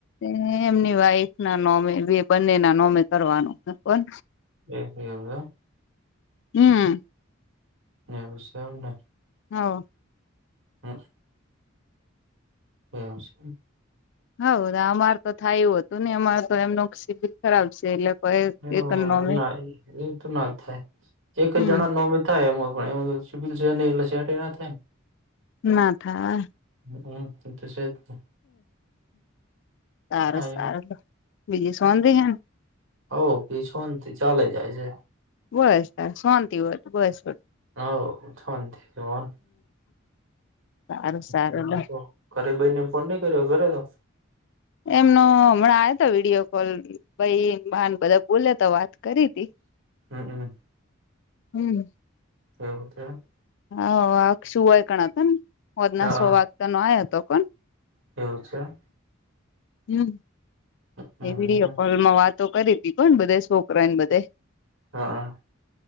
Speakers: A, on the left (about 60°); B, on the right (about 65°).
A: એ એમની વાઈફ ના નોમે બે બંને ના નોમે કરવાનું કોન
B: એ એવું એમ
A: હમ્મ
B: એવું સ ને.
A: હઓ
B: હમ્મ. એવું છે
A: હવ અમાર તો થાય એવું હતું ને અમાર તો એમનું <inaudible> શિબિર ખરાબ છે, એટલે. કોઈ
B: હ
A: એક નોમે
B: ના એ તો ના થાય એક
A: હમ
B: જ જણા નોમ. થાય એ એબ છે, એટલે થાય ને
A: ના થા.
B: હમ્મ એતે સેજ ને.
A: સારુ
B: હા
A: સારુ
B: એ
A: લો બીજી શોંતિ હે ન.
B: હો બીજી શોંતિ ચાલે જાય છે.
A: બસ ત શોંતિ હોય ત બસ પણ.
B: હાવ શોંતિ જ હોય ને.
A: સારું સારું
B: બીજું
A: લો.
B: તો ઘરે બેનને ફોન નઈ કર્યો હોય <unintelligible>
A: એમનો હમણાં આયો તો વિડીયોકોલ ભઈએ બા ને બધા બોલ્યાતા વાત કરીતી.
B: હું હું.
A: હમ્મ.
B: એવું થ્યું.
A: હો અકશું ઓય કણા તન હોજના
B: હા
A: સો વાગતાન આયોતો ફોન.
B: એવું છે?
A: હમ્મ.
B: હમ
A: એ વિડિયો કોલમાં વાતો કરીતી કોન બધે છોકરા એને બધે.
B: હા.